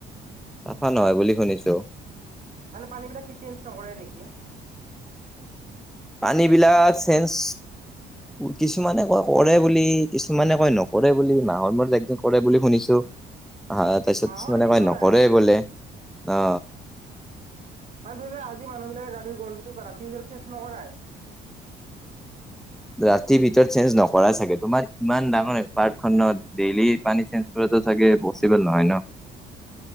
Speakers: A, in the centre; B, on the right.
A: চাফা নহয় বুলি শুনিছো।
B: মানে পানী বিলাক কি চেঞ্জ নকৰে নেকি?
A: পানী বিলাক চেন্স কিছুমানে কয় কৰে বুলি কিছুমানে কয় নকৰে বুলি মাহৰ মোৰত এক দিন কৰে বুলি শুনিছো। হ তাৰপিছত
B: মাহত
A: মানে
B: এদিন
A: কয়
B: কৰাই
A: নকৰেই গলে অ
B: মানে ধৰি লোৱা আজি মানুহ বিলাকে গা ধুই গ'ল সেইটো ৰাতিৰ ভিতৰত চেন্স নকৰাই
A: ৰাতিৰ ভিতৰত চেঞ্জ নকৰা চাগে তোমাৰ ইমান ডাঙৰ পাৰ্কখনত ডেইলি পানী চেঞ্জ কৰি থাকে পচিবল নহয় ন